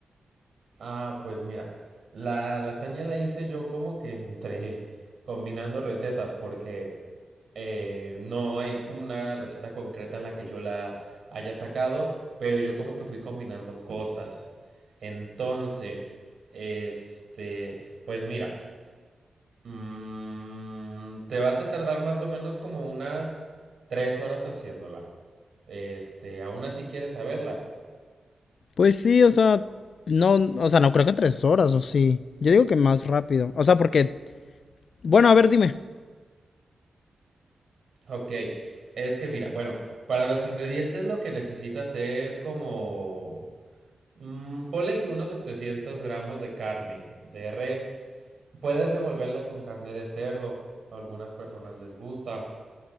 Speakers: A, on the right (about 65°); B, on the left (about 70°).
A: Ah, pues mira, la lasaña la hice yo como que entre combinando recetas, porque eh, no hay como una receta concreta en la que yo la haya sacado, pero yo como que fui combinando cosas. Entonces, este, pues mira, mm, te vas a tardar más o menos como unas tres horas haciéndola. Este, aún así quieres saberla.
B: Pues sí, o sea, no, o sea, no creo que tres horas, o sí. Yo digo que más rápido. O sea, porque, bueno, a ver, dime.
A: Ok, es que mira, bueno, para los ingredientes lo que necesitas es como... mm, ponle que unos 700 gramos de carne de res. Puedes revolverla con carne de cerdo. A algunas personas les gusta.